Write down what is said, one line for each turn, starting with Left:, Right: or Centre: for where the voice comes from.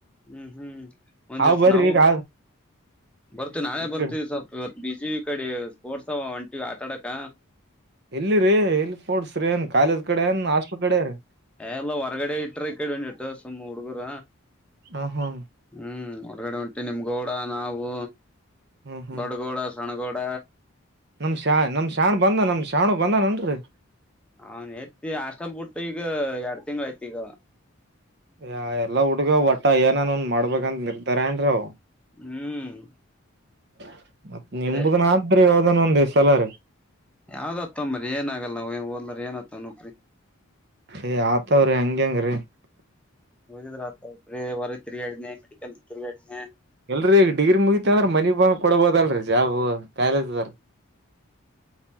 Centre: ಹ್ಮ್ ಹ್ಮ್ ಒಂದ್ವಸ
Right: ಹಾವ್ ಬರ್ರಿ
Centre: ನಾವು
Right: ಈಗ
Centre: ಬರ್ತೀವಿ ನಾಳೆ
Right: ಈ
Centre: ಬರ್ತೀವಿ
Right: ಕಡೆ
Centre: ಸ್ವಲ್ಪ. ಬಿಸ ಈ ಕಡೆ ಸ್ಪೋರ್ಟ್ಸ್ ಒಂಟಿವ ಆಟಾಡಕ್ಕ.
Right: ಎಲ್ಲಿರಿ ಇಲ್ಲಿ ೋಡ್ಸ್ರಿ ಏನ್ ಕಾಲೇಜ್ ಕಡೆ ನ್ ಹಾಸ್ಟೆಲ್ ಕಡೆ ರೀ.
Centre: ಎ ಎಲ್ಲ ಹೊರ್ಗಡೆ ಇಟ್ರ ಕಡೆ ಹೊ ಇಟ್ಟ ಸುಮ್ಮ್ ಹುಡುಗರ
Right: ಹಾ ಹಾ
Centre: ಹ್ಮ್ ಹೊರ್ಗಡೆಂಟ. ಷ್ಟ ನಿಮ್ ಗೌಡ ನಾವು
Right: ಹ್ಮ್ ಹ್ಮ್
Centre: ಬಡಗೋಳ ತಣಗಡ
Right: ನಮ್ ಶ ನಮ್ ಶಾಣ್ ಬಂದ ನಮ್ ಶಾಣ ಬಂದಾನನ್ರಿ
Centre: ಅವನ್ ತಿ ಹಾಸ್ಟೆಲ್ ಬಿಟ್ಟು ಈಗ ಎಡ್ ತಿಂಳಐ್ತಈಗ
Right: ಯ ಎಲ್ಲಾ ಹುಡುಗ ಒಟ್ಟ ಮ ಏನನ್ ಒಂದ್ ಮಾಡ್ಬೇಕಂದ ನಿರ್ತಾರ ಏನ್ರ್ <unintelligible>
Centre: ಹ್ಮ್
Right: ಹ <unintelligible> ಮತ್ ನಿಮುದನ್ಾತ್
Centre: ಸರಿ
Right: ಬ್ರಿ ಅನ್ ಒಂದ ಸಲ ರ
Centre: ಯಾವ್ದ್ ಹತ್ತವಂಬರಿ ಏನ ಆಗಲ್ಲ ನಾವ ಓದಲ್ದಾರ ಏನ್ ಹತ್ತವ ನೋಕ್ರಿ
Right: ಏಯ್ ಆತವ್ರಿ ಹಂಗಗೆ ಹೆಂಗ್ರೀ
Centre: ಹೋಗಿದ್ರ ಆ ಒ ಹೊರ ತಿರುಗಾಡಿನಿ ಮೆಡಿಕಲ್ ತಿರುಗಾಡಿನಿ
Right: ಎಲ್ರೀ ಈಗ ಡಿಗ್ರಿ ಮುಗಿತ ಅಂದ್ರ ಮನಿ ಬನ್ ಕೊಡಬೋದಲ್ರೀ ಜಾಬ್ ಕಾಲೇಜ ಅಾರ